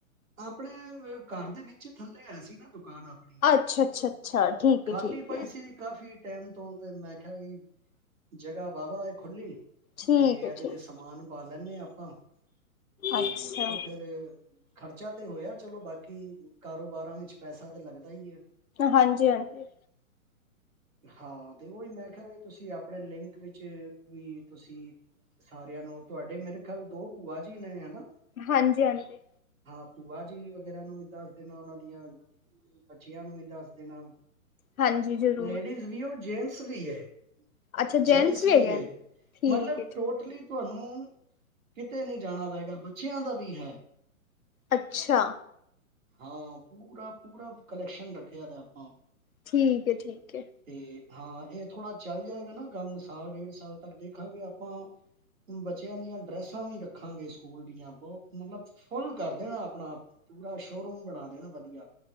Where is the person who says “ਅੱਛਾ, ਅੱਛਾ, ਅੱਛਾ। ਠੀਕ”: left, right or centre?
Left